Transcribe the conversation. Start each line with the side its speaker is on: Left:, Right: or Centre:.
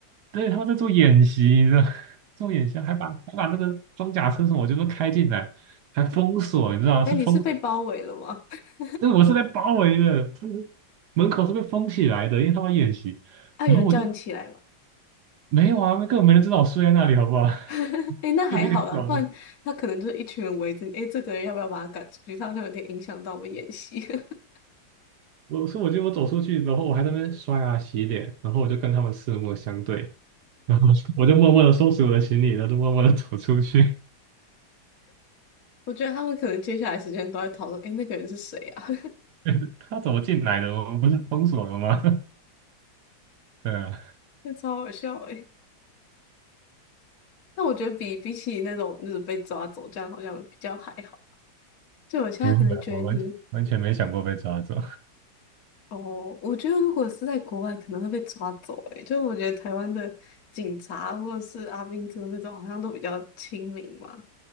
Right: 对，他们在做演习，你知道，<laughs> 做演习还把还把那个装甲车什么就是开进来。还封锁，你知道吗？
Left: 哎，
Right: 是封
Left: 你是被包围了吗？<laughs>
Right: 就是我是被包围的，就是门口是被封起来的，因为他们演习。
Left: 啊，
Right: 然后我就
Left: 有人叫你起来吗？
Right: 没有啊，根本没人知道我睡在那里，好不好？
Left: <laughs>
Right: <laughs>
Left: 哎那还好啦，
Right: 就是一个角落。
Left: 不然他可能就是一群人围着你。哎，这个人要不要把他赶出去？他好像有点影响到我演戏。<laughs>
Right: 我说，我觉得我走出去，然后我还在那边刷牙洗脸，然后我就跟他们四目相对，然后 <laughs> 我就默默的收拾我的行李，然后就默默的走出去。
Left: 我觉得他们可能接下来时间都在讨论，哎，那个人是谁啊？<laughs>
Right: <laughs> 他怎么进来的？我们不是封锁了吗？<laughs> 对啊，
Left: 那超好笑哎。但我觉得比比起那种就是被抓走这样，好像比较还好。就我现在可能觉得你，
Right: 不会啊，我完全完全没想过被抓走，
Left: 哦，我觉得如果是在国外，可能会被抓走哎。就我觉得台湾的警察或者是阿兵哥那种，好像都比较亲民嘛。